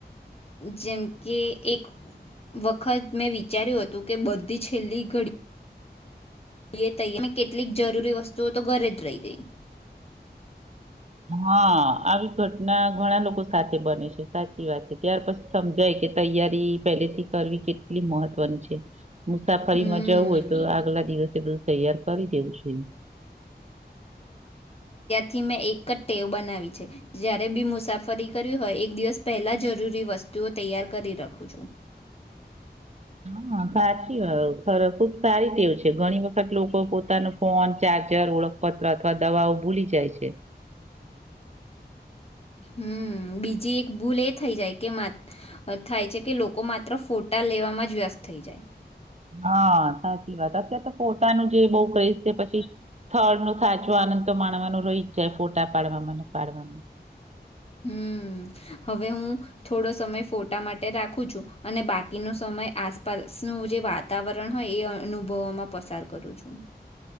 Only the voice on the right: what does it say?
હા આવી ઘટના ઘણા લોકો સાથે બને છે સાચી વાત છે ત્યાર પછી સમજાય કે તૈયારી પેલેથી કરવી કેટલી મહત્વની છે મુસાફરીમાં
જવું હોય તો આગલા દિવસે બધું તૈયાર કરી દેવું જોઈએ.
હા સાચી ખુબ સારી તેવું છે ઘણી વખત લોકો પોતાનો ફોન ચાર્જ અત્યારે ઓળખપત્ર અથવા દવાઓ ભૂલી જાય છે.
હા સાચી વાત અત્યારે તો ફોટાનું જે બઉ ક્રેઝ છે પછી
સ્થળ નો સાચો આનંદ તો માણવાનો રહી જ જાય ફોટા પાડવામાં અને પાડવામાં